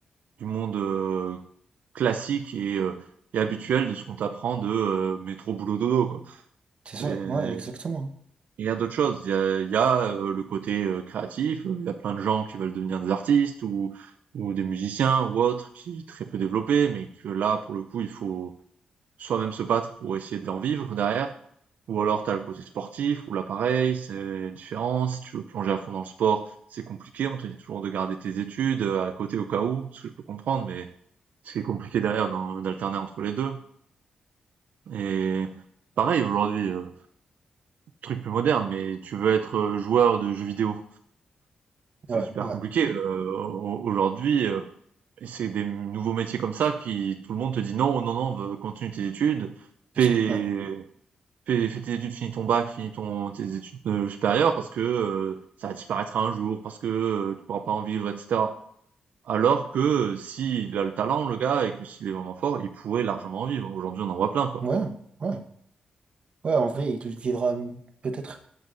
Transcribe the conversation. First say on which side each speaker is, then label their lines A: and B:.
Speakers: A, on the right; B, on the right.
A: du monde euh, classique et, euh, et habituel de ce qu'on t'apprend de euh, métro boulot dodo quoi.
B: c'est
A: C'est-
B: ça. Ouais, exactement.
A: Il y a d'autres choses. Il y a, il y a, euh, le côté euh, créatif. Il y a plein de gens qui veulent devenir des artistes ou ou des musiciens ou autres qui est très peu développés, mais que là pour le coup il faut soit même se battre pour essayer d'en vivre derrière. Ou alors tu as le côté sportif, ou l'appareil c'est différent. Si tu veux plonger à fond dans le sport, c'est compliqué. On te dit toujours de garder tes études euh, à côté au cas où, ce que je peux comprendre, mais ce qui est compliqué derrière d'alterner entre les deux. Et pareil, aujourd'hui, euh, truc plus moderne, mais tu veux être euh, joueur de jeux vidéo. C'est
B: Ouais,
A: super
B: ouais,
A: compliqué. Euh, aujourd'hui, euh, c'est des nouveaux métiers comme ça qui tout le monde te dit non, non, non, continue tes études,
B: c'est
A: fais
B: ça. Ouais,
A: fais, fais tes études, finis ton bac, finis ton, tes études euh, supérieures parce que euh, ça disparaîtra un jour, parce que euh, tu pourras pas en vivre, etc. Alors que euh, s'il a le talent, le gars, et que s'il est vraiment fort, il pourrait largement en vivre. Aujourd'hui, on en voit plein, quoi.
B: ouais, ouais. Ouais, en vrai, il vivra m- peut-être